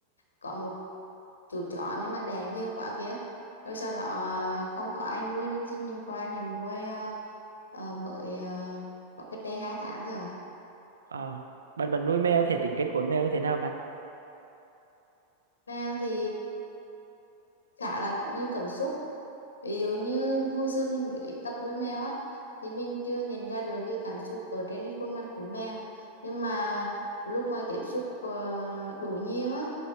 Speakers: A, on the left; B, on the right.
A: có một chú chó nhưng mà đẻ nhiều quá kia rồi sau đó à, không có ai nuôi nên chị mình qua nhà nuôi à, à, mới à, có cách đây hai tháng thôi à.
B: Ờ, bạn bạn nuôi mèo thể tính kết của con mèo như thế nào bạn?
A: mèo thì khá là có nhiều cảm xúc ví dụ như hồi xưa mình mới tập nuôi mèo á thì mình chưa nhận ra được cái cảm xúc ở trên cái khuôn mặt của mèo nhưng mà lúc mà tiếp xúc ờ, đủ nhiều á